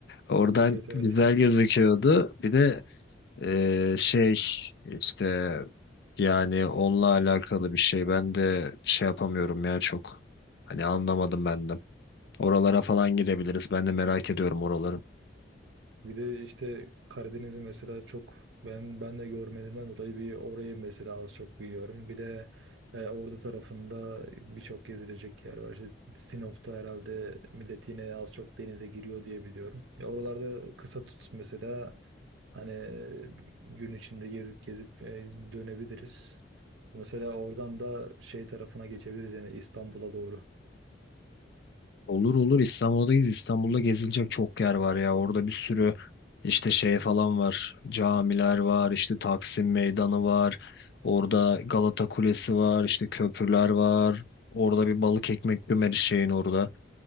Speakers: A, on the left; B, on the right.
A: Oradan
B: evet evet
A: güzel
B: <laughs>
A: gözüküyordu. Bir de e, şey işte yani onunla alakalı bir şey ben de şey yapamıyorum ya çok. Hani anlamadım ben de. Oralara falan gidebiliriz. Ben de merak ediyorum oraları.
B: Bir de işte Karadeniz'i mesela çok ben ben de görmediğimden dolayı bir orayı mesela az çok biliyorum. Bir de e, Ordu tarafında birçok gezilecek yer var. İşte Sinop'ta herhalde millet yine az çok denize giriyor diye biliyorum. Ya oralarda kısa tut mesela hani gün içinde gezip gezip e, dönebiliriz. Mesela oradan da şey tarafına geçebiliriz yani İstanbul'a doğru.
A: Olur olur İstanbul'dayız. İstanbul'da gezilecek çok yer var ya. Orada bir sürü işte şey falan var. Camiler var, işte Taksim Meydanı var. Orada Galata Kulesi var, işte köprüler var. Orada bir balık ekmek bümeri şeyin orada.